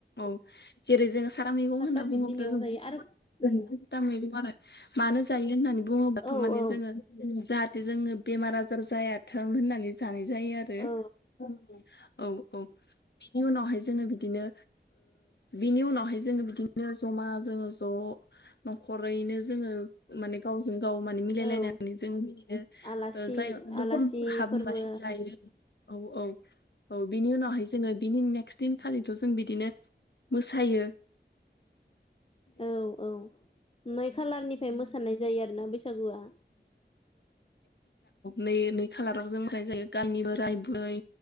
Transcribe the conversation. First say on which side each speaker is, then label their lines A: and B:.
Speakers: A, on the left (about 65°); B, on the left (about 30°).
A: औ जेरै जोङो सारा मैगं
B: सातथा
A: होनना बुङोब्ला
B: बिदनि मैगं
A: जों
B: जायो
A: बहु
B: आरो
A: जोंथ
B: उम
A: दा मैगं आरो मानो जायो होननानै बुङोबाथ'
B: औ
A: माने
B: औ
A: जोङो जाहाथे जोंङो बेमार आजार जायाथों होननानै जानाय जायो आरो
B: औ
A: औ औ बिनि उनावहाय जोङो बिदिनो बिनि उनावहाय जोङो बिदिनो जमा जोङो ज' न'खरैनो जोङो माने गावजों गाव मा मिलायलायनानै
B: औ
A: जों मिनो
B: आलासि
A: जाय न'खर
B: आलासि
A: न'खर हाबोलासे
B: फोरबो
A: जायो औ औ औ बिनि उनावहाय जोङो बिनि नेक्स्ट दिनखालिथ' जों बिदिनो मोसायो
B: औ औ नै खालारनिफ्राय मोसानाय जायो आरोना बैसागुआ
A: नै नै खालाराव जों होननाय जायो गामि बोराय बुरै